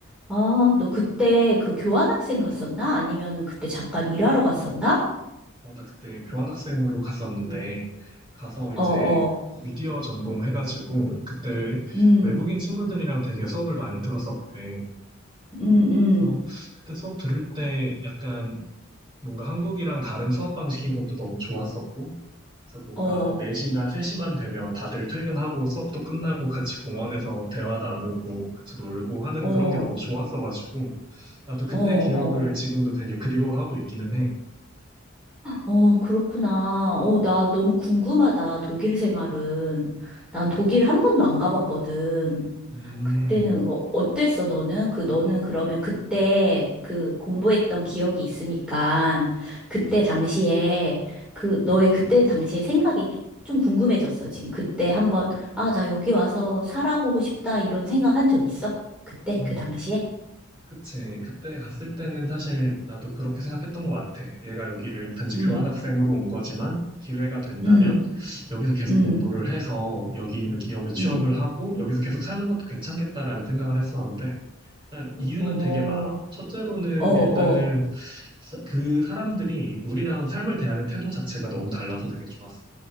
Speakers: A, in the centre; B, on the right (about 25°).
A: 아, 너 그때 그 교환학생 갔었나? 아니면은 그때 잠깐 일하러 갔었나?
B: 어, 나 그때 교환학생으로 갔었는데, 가서
A: 어,
B: 이제
A: 어.
B: 미디어 전공 해가지고, 그때
A: 음,
B: 외국인 친구들이랑 되게 수업을 많이 들었었거든.
A: 음,
B: 그래서
A: 음.
B: 그때 수업 들을 때 약간 뭔가 한국이랑 다른 수업 방식인 것도 너무 좋았었고, 그래서 뭔가
A: 어,
B: 4시나 3시만 되면 다들 퇴근하고 수업도 끝나고 같이 공원에서 대화 나누고 같이 놀고 하는
A: 어.
B: 그런 게 너무 좋았어가지고, 나도 그때
A: 어, 어,
B: 기억을 지금도 되게 그리워하고 있기는 해.
A: 어, 그렇구나. 어, 나 너무 궁금하다. 독일 생활은. 난 독일 한 번도 안 가봤거든.
B: 음,
A: 그때는 어, 어땠어, 너는? 그, 너는 그러면 그때 그 공부했던 기억이 있으니까 그때 당시에 그 너의 그때 당시에 생각이 좀 궁금해졌어. 지금 그때 한번 아, 나 여기 와서 살아보고 싶다 이런 생각 한 적 있어? 그때
B: 음.
A: 그 당시에?
B: 그치. 그때 갔을 때는 사실 나도 그렇게 생각했던 것 같아. 얘가 여기를 단지
A: 응,
B: 교환학생으로 온 거지만 기회가 된다면
A: 응,
B: 여기서 계속
A: 응,
B: 공부를 해서 여기 있는 기업에 취업을
A: 응.
B: 하고 여기서 계속 사는 것도 괜찮겠다라는 생각을 했었는데 일단 이유는
A: 어, 어,
B: 되게 많아. 첫째로는
A: 어.
B: 일단은 사- 그 사람들이 우리랑 삶을 대하는 태도 자체가 너무 달라서 되게 좋았어.